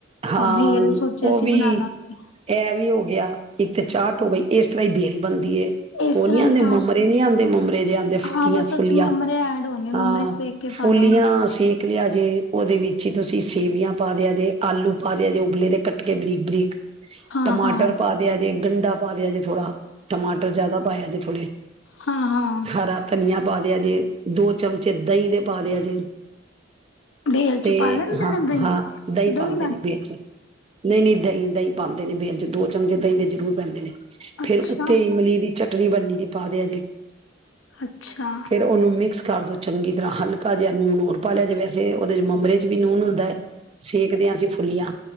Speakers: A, on the right; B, on the left.
A: ਹਾਂ
B: ਭੇਲ ਸੋਚਿਆ
A: ਉਹ
B: ਸੀ
A: ਵੀ।
B: ਬਣਾ ਲਾਂਗੇ
A: ਇਹ ਵੀ ਹੋ ਗਿਆ। ਇੱਕ ਤੇ ਚਾਰਟ ਹੋ ਗਈ। ਇਸ- <unintelligible>
B: ਇਸ
A: ਉਹ
B: ਤਰ੍ਹਾਂ
A: ਨੀ
B: ਹੀ
A: ਆਂਦੇ
B: ਹਾਂ
A: ਮਮਰੇ ਨੀ ਆਂਦੇ ਮਮਰੇ ਜੇ ਆਂਦੇ ਫੁੱਲੀਆਂ।
B: ਹਾਂ ਬਸ ਉਹ
A: ਫੁੱਲੀਆਂ
B: ਚ ਮਮਰੇ ਐਡ ਹੋਣਗੇ
A: -ਹਾਂ
B: ਮਮਰੇ ਸੇਕ ਕੇ ਪਾ
A: ਫੁੱਲੀਆਂ
B: ਦਾਂਗੀ
A: ਸੇਕ ਲਿਆ ਜੇ ਉਦੇ ਵਿੱਚ- ਤੇ ਤੁਸੀਂ ਸੇਵੀਆਂ ਪਾ ਦਿਆ ਜੇ। ਆਲੂ ਪਾ ਦਿਆ ਜੇ ਉਬਲੇ ਦੇ ਕੱਟ ਕੇ ਬਰੀਕ ਬਰੀਕ।
B: ਹਾਂ
A: ਟਮਾਟਰ
B: ਹਾਂ
A: ਪਾ ਦਿਆ ਜੇ। ਗੰਡਾ- ਪਾ ਦਿਆ ਜੇ ਥੋੜਾ। ਟਮਾਟਰ ਜਾਦਾ ਪਾਇਆ ਜੇ। ਥੋੜੇ
B: ਹਾਂ ਹਾਂ
A: -ਹਰਾ ਧਨੀਆ। ਪਾ ਦਿਆ ਜੇ। ਦੋ ਚਮਚੇ ਦਈਂ ਦੇ ਪਾ ਦਿਆ ਜੇ।
B: ਬੇਲ
A: ਤੇ
B: ਚ ਪਾ ਲੈਂਦੇ
A: ਹਾਂ
B: ਨੇ ਦਈਂ।
A: ਹਾਂ ਦਹੀਂ
B: ਦਈਂ-
A: ਪਾਂਦੇ -ਨਹੀਂ ਨਹੀਂ ਦਈਂ -ਦਈਂ ਪਾਂਦੇ ਨੇ ਬੇਲ 'ਚ। ਦੋ ਚਮਚੇ ਦਈਂ ਦੇ ਜ਼ਰੂਰ ਪੈਂਦੇ ਨੇ।
B: ਅੱਛਾ
A: ਫੇਰ ਉੱਤੇੇ ਇਮਲੀ ਦੀ ਚੱਟ- ਚਟਨੀ ਬਣੀ ਦੀ ਪਾ ਦਿਆ ਜੇ।
B: ਅੱਛਾ
A: ਫੇਰ ਉਹਨੂੰ ਮਿਕਸ ਕਰ ਦੋ। ਚੰਗੀ ਤਰ੍ਹਾਂ ਹਲਕਾ ਜਿਹਾ ਨੂਨ ਹੋਰ ਪਾ ਲਿਆ ਜੇ ਵੈਸੇ ਉਦੇ' ਚ ਮੂਮਰੇ ਵੀ ਨੂਨ ਹੁੰਦਾ ਏ। ਸੇਵ- ਸੀ ਫੁੱਲੀਆਂ